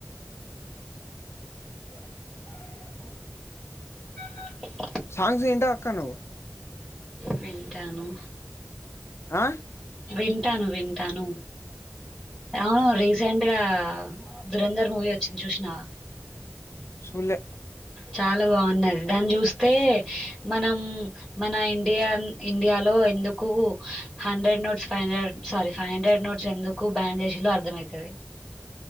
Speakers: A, on the left; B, in the centre.
A: థ
B: ఆ
A: సాంగ్స్ ఇంటావా అక్క నువ్వు
B: వింటాను
A: ఆ
B: వింటాను వింటాను. ఆ రీసెంట్గా దురంధర్ మూవీ వచ్చింది. చూసినావా
A: సుల్లే
B: చాలా బాగున్నది. దాన్ని చూస్తే మనం మన ఇండియా ఇండియాలో ఎందుకు hundred notes five hundred sorry five hundred notes ఎందుకు బ్యాన్ చేసింల్లో అర్థమయితది. <inaudible>